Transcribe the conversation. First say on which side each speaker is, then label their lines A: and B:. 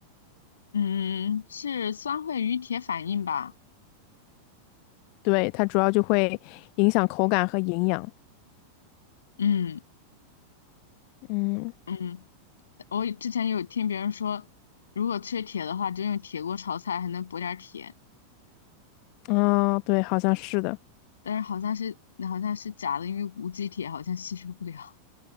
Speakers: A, on the left; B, on the left.
A: 嗯，是酸会与铁反应吧？
B: 对，它主要就会影响口感和营养。
A: 嗯
B: 嗯，
A: 嗯，我之前有听别人说，如果缺铁的话，就用铁锅炒菜还能补点儿铁，
B: 啊、对，好像是的。
A: 但是好像是好像是假的，因为无机铁好像吸收不了。